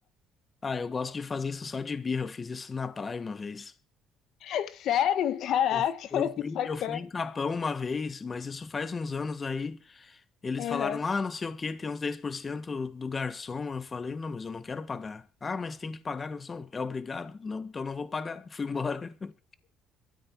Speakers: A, on the left; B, on the left.
A: Ah, eu gosto de fazer isso só de birra, eu fiz isso na praia uma vez.
B: <laughs> Sério? Caraca,
A: Eu, eu
B: <laughs> que
A: fui,
B: sacana.
A: eu fui em Capão uma vez, mas isso faz uns anos aí. Eles
B: Uhum.
A: falaram, ah, não sei o que, tem uns 10% do garçom. Eu falei, não, mas eu não quero pagar. Ah, mas tem que pagar, garçom. É obrigado? Não, então não vou pagar. Fui embora. <laughs>